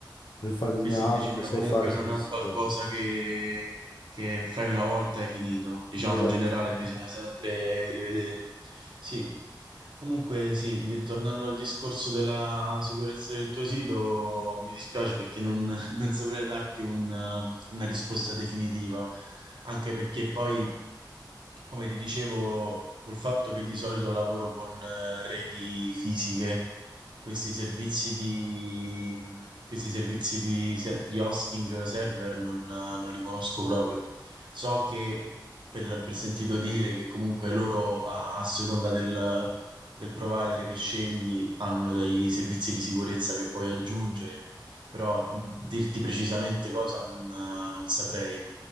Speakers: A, on the left (about 80°); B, on the right (about 80°).
A: il falegname
B: Sì, sì, dici, no,
A: che sai
B: comunque
A: fare se
B: non
A: questo.
B: è un qualcosa che, che fai una volta e hai finito. Diciamo,
A: Esatto.
B: in generale bisogna sempre rivedere. Sì, comunque sì, di- tornando al discorso della sicurezza del tuo sito, mi dispiace perché non, <laughs> non saprei darti un- una risposta definitiva, anche perché poi, come ti dicevo, col fatto che di solito lavoro con eh, reti fisiche questi servizi di, questi servizi di, se- di hosting server non, non li conosco proprio. So che per, per sentito dire che comunque loro a, a seconda del, del provider che scegli hanno dei servizi di sicurezza che puoi aggiungere, però dirti precisamente cosa non, non saprei.